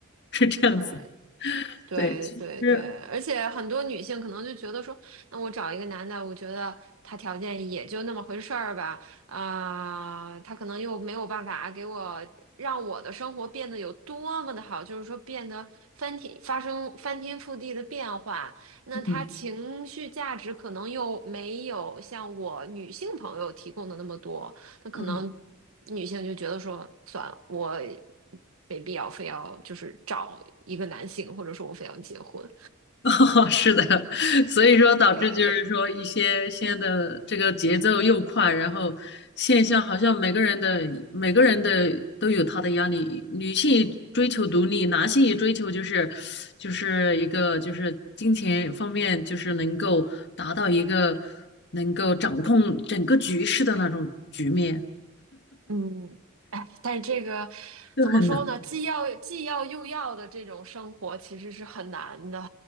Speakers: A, on the left (about 55°); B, on the right (about 85°).
A: 是这样子。
B: 对对对对，
A: 对，其实，
B: 而且很多女性可能就觉得说，那我找一个男的，我觉得他条件也就那么回事儿吧，啊、他可能又没有办法给我让我的生活变得有多么的好，就是说变得翻天发生翻天覆地的变化，那他情绪价值可能又没有像我女性朋友提供的那么多。
A: 嗯
B: 那可能
A: 嗯。
B: 女性就觉得说，算了，我没必要非要就是找一个男性，或者说我非要结婚。
A: <laughs> 哦，是的，<laughs> 所以说导致就是说一些现在的这个节奏又快，
B: 对，
A: 然后现象好像每个人的每个人的都有他的压力，女性追求独立，男性也追求就是就是一个就是金钱方面就是能够达到一个能够掌控整个局势的那种局面，
B: 嗯，哎，但是这个
A: 就很难。
B: 怎么说呢？既要既要又要的这种生活其实是很难的。